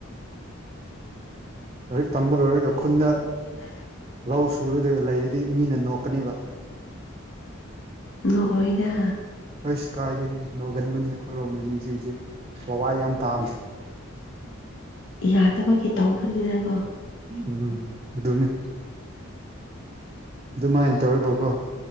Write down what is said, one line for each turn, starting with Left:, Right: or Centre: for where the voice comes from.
Right: ꯂꯥꯏꯔꯤꯛ ꯇꯝꯕ ꯂꯣꯏꯔꯒ ꯈꯨꯟꯗ
Left: <unintelligible>
Right: ꯂꯧ ꯁꯨꯔꯗꯒ ꯂꯩꯔꯤꯗꯤ ꯃꯤꯅ ꯅꯣꯛꯀꯅꯦꯕ
Left: ꯅꯑꯣꯏꯗ
Right: ꯑꯩꯁ ꯀꯥꯏꯗꯦ ꯍ ꯅꯣꯒꯟꯕꯅꯤꯍꯦꯛ ꯈꯣꯏꯔꯣꯝꯃꯤ ꯃꯤꯁꯤꯡꯁꯦ ꯋꯥꯏ ꯌꯥꯝ ꯇꯥꯝꯃꯤ
Left: ꯌꯥꯗꯕꯒꯤ ꯇꯧꯕꯅꯤꯅꯀꯣ
Right: ꯎꯝ ꯑꯗꯨꯅꯦ ꯑꯗꯨꯃꯥꯏꯅ ꯇꯧꯑꯦꯕꯀꯣ